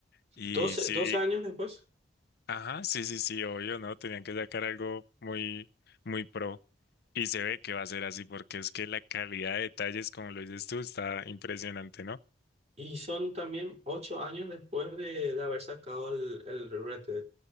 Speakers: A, on the left; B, on the right.
A: Y
B: doce
A: sí,
B: doce años después,
A: ajá, sí, sí, sí, obvio, ¿no? Tenían que sacar algo muy, muy pro. Y se ve que va a ser así, porque es que la calidad de detalles, como lo dices tú, está impresionante, ¿no?
B: y son también 8 años después de, de haber sacado el, el Red Dead,